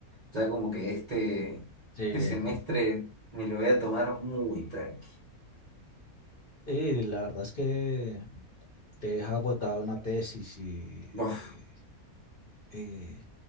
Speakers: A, on the right (about 35°); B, on the left (about 40°).
A: ya como que este,
B: Sí,
A: este semestre me lo voy a tomar muy tranqui.
B: sí, la verdad es que te deja agotada una tesis y,
A: Uf,
B: eh, eh,